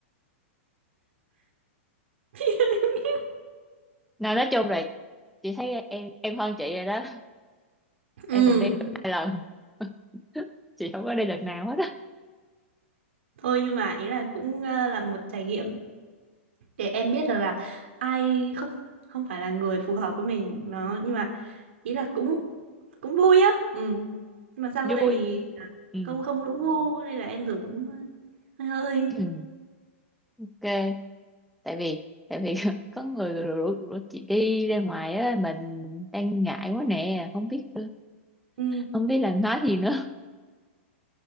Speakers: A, on the right (about 65°); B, in the centre.
A: <laughs>
B: nào nói chung là chị thấy em em hơn chị rồi đó
A: ừ.
B: em còn đi được hai lần <laughs> chị không có đi lần nào hết á
A: thôi nhưng mà ý là cũng ờ, là một trải nghiệm để em biết được là ai không không phải là người phù hợp với mình nó nhưng mà ý là cũng cũng vui á ừ. nhưng mà sang
B: vui
A: đây thì à,
B: ừ.
A: không không đúng gu nên là em dùng cũng hơi hơi hơi.
B: <clears throat> ok tại vì tại vì <laughs> có người rủ, rủ chị đi ra ngoài á mình đang ngại quá nè không biết
A: ừ.
B: không biết là nói gì nữa